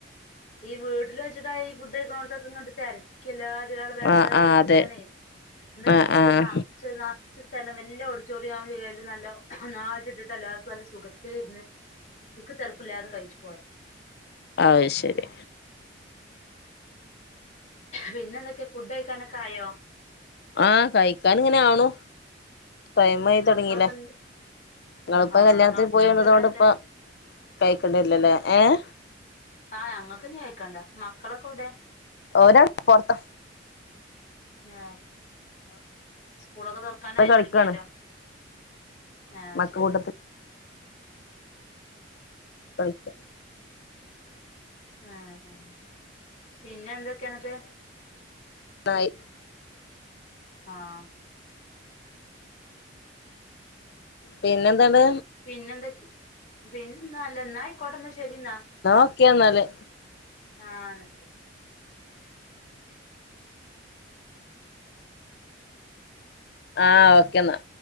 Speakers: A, on the left (about 40°); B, on the left (about 60°).
A: ഈ വീട്ടില് വെച്ചിട്ട ഈ ഫുഡ് കഴിക്കണോടത്തൊക്കെ തിര എല്ലാരും ഒരാളെ ബേക്കിൽ
B: ആഹ് ആഹ്
A: വെച്ച്
B: അതെ
A: ഇങ്ങനെ എന്നാ
B: ആഹ്
A: ഇത്
B: ആഹ്
A: ഒരു ന നിറച്ച സ്ഥലം വല്യ ഓഡിറ്റോറിയം ചെയാലും നല്ല നന്നായിട്ട് ഇട്ടിട്ട് എല്ലാർക്കും നല്ല സുഖത്തി ഇരുന്ന് തിക്കും തെരക്കുല്ലാതെ കഴിച്ചു പോര
B: ആഹ് ശരി
A: പിന്നെ എന്തൊക്കെയ ഫുഡ് കഴിക്കാനൊക്കെ ആയോ
B: ആഹ് കഴിക്കാൻ ഇങ്ങനെ ആണു ടൈം ആയി
A: മക്കളൊക്കെ
B: തുടങ്ങില്ലേ
A: എന്ത്
B: നിങ്ങളിപ്പോ
A: ആഹ്
B: കല്യാണത്തിന്
A: മക്കളൊക്കെ
B: പോയി വന്നതൊണ്ട്
A: എവിടെ എന്നിട്ട്
B: ഇപ്പ കൈയ്ക്കേണ്ടി വരിലലോ ഏഹ്
A: ആഹ് ഞങ്ങക്ക് ഇനി കയികണ്ട മക്കളൊക്കെ എവിടെ
B: ഓർ അവിടെ പുറത്ത്
A: ആഹ് സ്കൂളൊക്കെ തുറ തുറക്കാനായി
B: അവിടെ കളിക്കാണ്
A: തുടങ്ങിയാലോ ആഹ്
B: മക്ക
A: ശരി
B: കൂട്ടത്തിൽ <unintelligible>
A: ആഹ് ആഹ് പിന്നെ എന്തൊക്കെയ എന്നിട്ട്
B: ആയി
A: ആഹ്
B: പിന്നെ ന്താ ട്
A: പിന്നെന്തൊക്ക പിന്നെ നല്ലെ ന്നാ ആയിക്കോട്ടെ എന്നാ ശരി എന്നാ
B: ഓക്കെ എന്നാല്
A: ആഹ് ന്നാ ശെ
B: ആഹ് ഓക്കെ ന്നാ